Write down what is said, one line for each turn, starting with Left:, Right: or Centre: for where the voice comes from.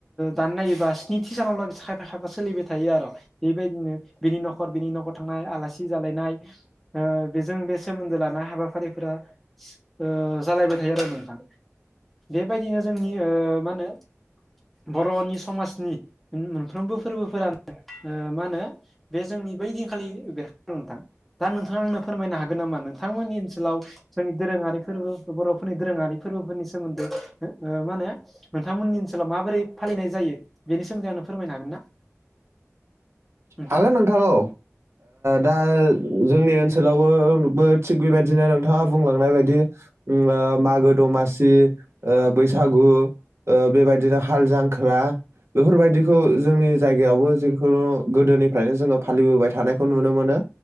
Centre: दान नायोबा स्निथि सानाव लाग खायफा खायफा सोलिबाय थायो आरो बेबायदिनो बिनि न'खर बिनि न'खर थांनाय आलासि जालायनाय ओ बेजों बे सोमोन्दो लानाय हाबाफारिफोरा ओ जालायबाय थायो आरो नोंथां बेबायदिनो जोंनि ओ मा होनो बर'नि समाजनि मोनफ्रोमबो फोरबोफोरानो मा होनो बे जोंनि बैदिनखालि बेरहदों नोंथां दा नोंथाङा आंनो फोरमायनो हागोन नामा नोंथांमोननि ओनसोलाव जोंनि दोरोङारि फोरबो बर'फोरनि दोरोङारि फोरबोफोरनि सोमोन्दै मा होनो नोंथांमोननि ओनसोलाव माबोरै फालिनाय जायो बेनि सोमोन्दै आंनो फोरमायनो हागोन ना नोंथां?
Right: हागोन नोंथांौ दा जोंनि ओनसोलावबोबो थिग बेबायदिनो नोंथाङा बुंलांनाय बायदि मागो दमासि बैसागु बेबायदिनो हाल जांख्रा बेफोरबायदिखौ जोंनि जायगायावबो जिखुनु गोदोनिफ्रायनो जोङो फालिबोबाय थानायखौ नुनो मोनो